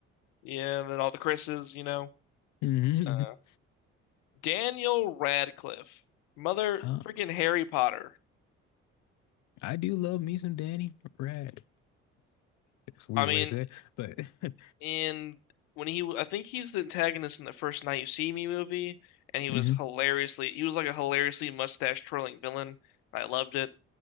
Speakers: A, on the left; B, on the left.
A: yeah, and then all the Chris's, you know.
B: <laughs> hmm
A: Uh, Daniel Radcliffe, mother
B: Uh,
A: freaking Harry Potter.
B: I do love me some Danny Rad. It's a weird
A: I mean,
B: way to say it, but <laughs>
A: in when he, I think he's the antagonist in the first Night You See Me movie, and he
B: mhm.
A: was hilariously, he was like a hilariously mustache twirling villain. I loved it.